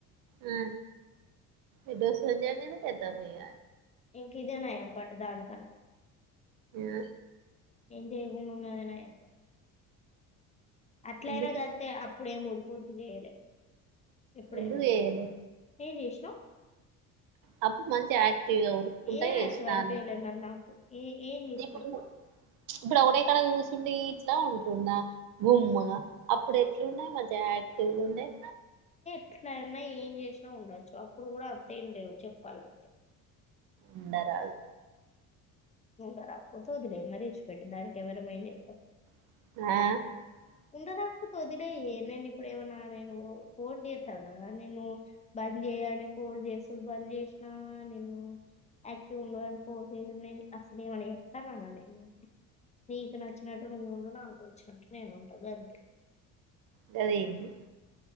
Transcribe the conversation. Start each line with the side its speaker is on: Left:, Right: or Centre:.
Right: ఆ ఏద్దసంజాంగ చెద్దా పోయ
Left: ఇంకా ఇధేయ్ నాయం పట్ట దాన్ కాని
Right: ఆ
Left: ఏం చేయకున్నాదేనా నయం అట్లయినా
Right: ఎందుకు
Left: కాతే అప్పుడేం ఉఊరికు ఉరికి చేయలే ఎప్పుడైనా
Right: ఎందుకు
Left: కా
Right: చేయలే
Left: అంత ఏం చేసినావు
Right: అప్పుడు మంచిగా యాక్టివ్గా ఉరుక్కుంటా
Left: ఏమవుతే
Right: చేసినాన్ని
Left: అనిపయలే మరి నాకు ఏ ఏం చేసి
Right: ఇప్పుడు
Left: పెట్టినావ్
Right: ఇప్పుడు ఒకడేక్కడ కూర్చండి ఇట్లా ఉంటుంది న్న గుమ్మగా అప్పుడు ఎట్లున్నాయి మ జాక్టివ్గా ఉండయి
Left: ఎట్లన్నా ఏం చేసినా ఉండొచ్చు అప్పుడు కూడా అంతేం లేవు చెప్పాలంటే
Right: ఇంద రాల్
Left: ఉంద తది లే మరి ప పెట దానికికవ రమైత్త <unintelligible>
Right: ఆ
Left: ఉండదాప్పు తొదిలే నేను ఇప్పుడు ఏమనా నేను కోదిస్తద నేను బ చేయాలి ఫోర్ చేసుడు బంద్ చేసినా నిను యాక్టివ్ ఉండని ఫోర్ చేస నేను అసలు ఏమన్నా ఎప్పా మనాలి మీకు నీకు నచ్చినట్టు నువ్వుండు నాకు వచ్చినట్టు నేను ఉంటాది అంతే
Right: దేంది